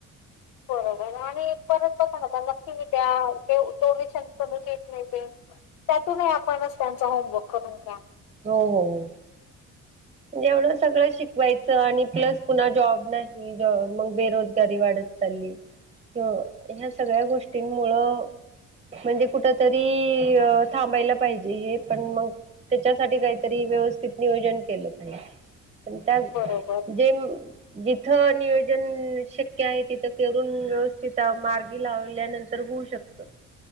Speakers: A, on the left; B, on the right.
A: बरोबर आणि परत बघा ना फी त्या डोनेशन नाही त्यातूनही आपणच त्यांचा होमवर्क करून घ्या
B: हो हो हो एवढं सगळं शिकवायचं आणि प्लस पुन्हा जॉब नाही जॉ मग बेरोजगारी वाढत चाललीं ह्या सगळ्या गोष्टींमुळं म्हणजे कुठं तरी अ थांबायला पाहिजे हे पण मग त्याच्यासाठी काहीतरी व्यवस्थित नियोजन केलं पण त्या
A: बरोबर
B: जे जिथं नियोजन शक्य आहे तिथं करून व्यवस्थित मार्गी लावल्यानंतर होऊ शकतं